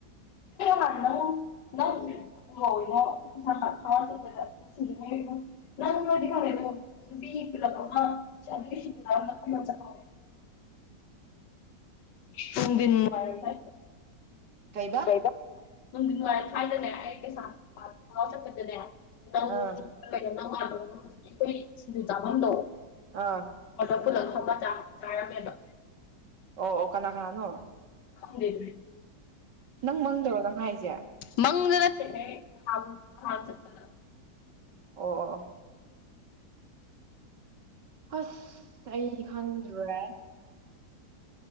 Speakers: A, on the left; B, on the right.
A: ꯍꯥꯟꯅ ꯅ <inaudible> ꯉꯣ ꯁ ꯀ ꯆꯠꯄ <inaudible> ꯅꯪ ꯅꯣꯏꯗꯤ ꯈꯪꯗꯦꯀꯣ ꯅꯨꯄꯤ ꯄꯨꯂꯞ ꯅꯨꯄꯥ ꯃꯤꯃꯤ ꯁꯤꯡꯖꯨ ꯆꯥꯐꯝꯗ ꯆꯠꯄ ꯍꯧꯔꯦ ꯅꯨꯡꯗꯤꯜ ꯋꯥꯏꯔꯝ ꯁꯨꯋꯥꯏꯁꯤꯗ
B: ꯀꯩꯕ
A: ꯀꯩꯕꯥ ꯅꯨꯡꯗꯤꯜ ꯋꯥꯢꯔꯝ ꯁꯥꯏꯗꯅꯦ ꯑꯩ ꯀꯩꯁꯝꯄꯥꯠ ꯐꯥꯎꯔ ꯆꯠꯕꯗꯅꯦ ꯅꯪ
B: ꯑꯥ
A: ꯀꯩꯅꯣ ꯅꯧ ꯃꯥꯟꯗꯒ <unintelligible> ꯑꯩꯈꯣꯏꯒꯤ ꯁꯤꯡꯖꯨ ꯆꯥꯐꯝꯗꯣ
B: ꯑꯥ
A: ꯑꯗꯥ ꯄꯨꯂꯞ ꯐꯝꯃ ꯆꯥꯛ ꯆꯥꯔꯝꯃꯦꯕꯥ
B: ꯑꯣ ꯑꯣ ꯀꯅꯥ ꯀꯅꯥ ꯅꯣ
A: ꯈꯪꯗꯦꯃꯦ
B: ꯅꯪ ꯃꯪꯗꯔꯣ ꯅꯪ ꯍꯥꯏꯁꯦ
A: ꯃꯪꯗ ꯅꯠꯇꯦꯍꯦ ꯅꯍꯥꯟ ꯅꯍꯥꯟꯆꯠꯄꯗ
B: ꯑꯣ ꯑꯣ ꯍꯁ ꯑꯩ ꯈꯪꯗ꯭ꯔꯦ